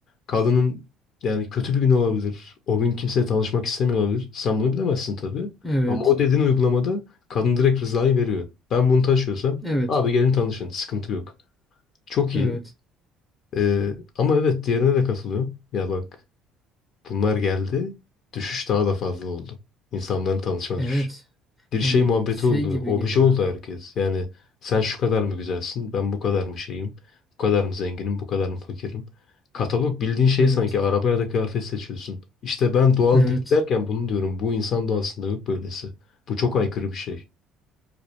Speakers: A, on the left (about 55°); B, in the centre.
A: Kadının yani kötü bir gün olabilir. O gün kimseye tanışmak istemiyor olabilir. Sen bunu bilemezsin tabii.
B: Evet.
A: Ama o dediğin uygulamada kadın direkt rızayı veriyor. Ben bunu taşıyorsam
B: Evet.
A: abi gelin tanışın. Sıkıntı yok. Çok
B: Evet.
A: iyi. Ee, ama evet diğerine de katılıyorum. Ya bak bunlar geldi. Düşüş daha da fazla oldu. İnsanların tanışma
B: Evet.
A: düşüşü. Bir şey
B: Yani
A: muhabbeti
B: şey
A: oldu.
B: gibi
A: Obje
B: geliyor.
A: oldu herkes. Yani sen şu kadar mı güzelsin? Ben bu kadar mı şeyim? Bu kadar mı zenginim? Bu kadar mı fakirim? Katalog bildiğin şey
B: Evet.
A: sanki araba ya da kıyafet seçiyorsun. İşte ben doğal
B: Evet.
A: değil derken bunu diyorum. Bu insan doğasında yok böylesi. Bu çok aykırı bir şey.